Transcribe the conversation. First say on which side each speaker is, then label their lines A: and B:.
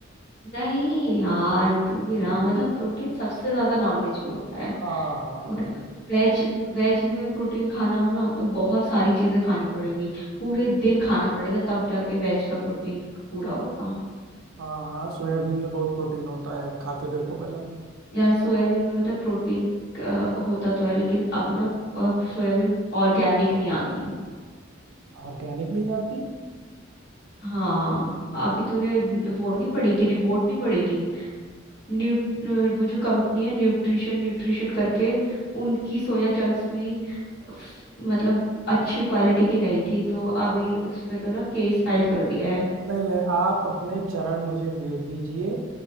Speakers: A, on the left; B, on the right.
A: नहीं यार
B: हाँ
A: तू भी ना मतलब प्रोटीन सबसे ज्यादा नॉनवेज में होता है
B: हाँ हाँ
A: बट
B: हाँ
A: वेज वेज में प्रोटीन खाना हो ना तो बहुत सारी चीजें खानी पड़ेगी पूरे दिन खाना पड़ेगा तब जाके वेज का प्रोटीन पूरा होगा
B: हाँ हाँ, सोयाबीन में बहुत प्रोटीन होता है खा के देखो पहले
A: यार सोयाबीन में पता है प्रोटीन होता तो है लेकिन अब ना अ, सोयाबीन ऑर्गेनिक नहीं आती
B: ऑर्गेनिक नहीं आती
A: हाँ अभी तूने न- वो नहीं पढ़ी थी रिपोर्ट नहीं पढ़ी थी न्यू वो जो कंपनी है न्यूट्रिशन न्यूट्रिशन करके उनकी सोया चंक्स भी फ- मतलब अच्छी क्वालिटी की नहीं थी तो अभी उस पे तो ना केस फाइल कर दिया है
B: नहीं नहीं आप अपने चरण मुझे भेज दीजिए